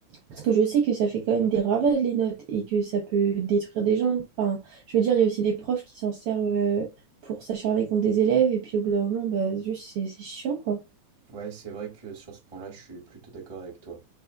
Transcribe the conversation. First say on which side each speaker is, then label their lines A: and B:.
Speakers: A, on the right; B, on the right.
A: Parce que je sais que ça fait quand même des ravages, les notes, et que ça peut détruire des gens. Enfin, je veux dire, il y a aussi des profs qui s'en servent euh, pour s'acharner contre des élèves, et puis au bout d'un moment, bah, juste, c'est c'est chiant, quoi.
B: ouais, c'est vrai que sur ce point-là, je suis plutôt d'accord avec toi.